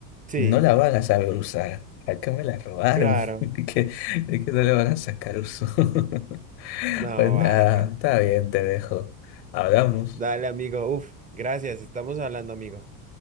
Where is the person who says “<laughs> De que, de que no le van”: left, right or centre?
Left